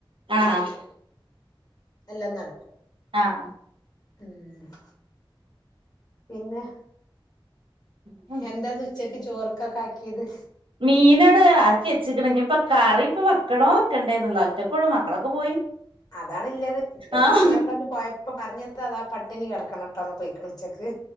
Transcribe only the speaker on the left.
എല്ലാം നടക്കും
ഉം പിന്ന
എന്താത് ഉച്ചക്ക് ചോറൊക്കാക്കിയത്
അതാണ്ല്ലത് <unintelligible>
പോയപ്പോ പറഞ്ഞത് അതാ പട്ടിണി കിടക്കണംട്ടൊങ്ങ് ‌ പോയി ണ് ഉച്ചക്ക്